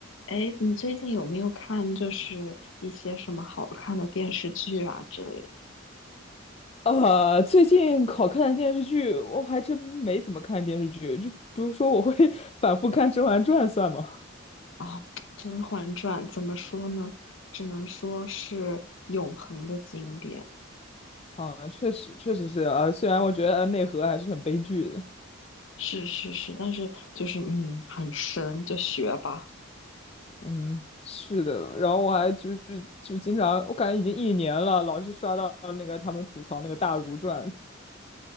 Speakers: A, on the left (about 65°); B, on the left (about 30°).
A: 哎，你最近有没有看就是一些什么好看的电视剧啊之类的
B: 呃，最近好看的电视剧，我还真没怎么看电视剧。就比如说，我会 <laughs> 反复看《甄嬛传》算吗？
A: 啊？《甄嬛传》怎么说呢？只能说是永恒的经典，
B: 啊，确实，确实是啊。虽然我觉得内核还是很悲剧的。
A: 是是是，但是就是嗯，很深，就学吧。
B: 嗯，是的。然后我还就是就经常，我感觉已经一年了，老是刷到那个他们吐槽那个《大儒传》。